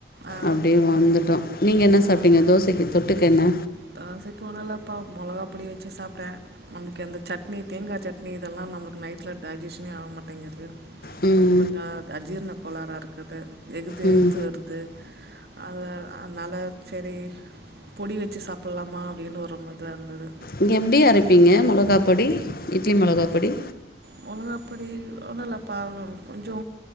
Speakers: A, on the right; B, on the left.
A: ஆ
B: அப்டியே வந்துட்டோ நீங்க என்ன சாப்ட்டீங்க
A: ஓகே
B: தோசைக்கு தொட்டுக்கென்ன
A: தோசைக்கு ஒனுல்லப்பா மொளகா பொடி வச்சு சாப்ட்டே நமக்கு எந்த சட்னி தேங்கா சட்னி இதெல்லா நமக்கு நைட்ல டைஜீஷனே ஆக மாட்டேங்குது
B: ம்
A: கொஞ்ச அஜீர்ண இருக்குது எகுத்து
B: ம்
A: எதுத்து வருது அல அதுனால செரி பொடி வச்சு சாப்புல்லாமா அப்டின்னு ஒரு மது அருந்துது
B: இங்க எப்டி அரைப்பீங்க மொளகா பொடி இட்லி மொளகா பொடி
A: மொளகாப்பொடி ஒன்னு இல்லப்பாவ் கொஞ்சோ